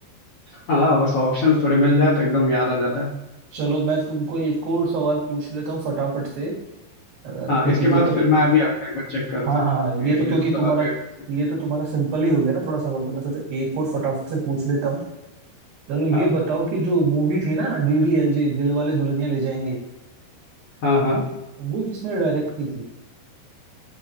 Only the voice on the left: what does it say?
हाँ बस ऑप्शंस थोड़े मिल जाए तो एकदम याद आ जाता है
हाँ इसके
बाद
फिर मैं अभी आपका एक बार चेक करता
हूँ
एक
दो
सवाल मेरे तरफ से
हाँ
हाँ हाँ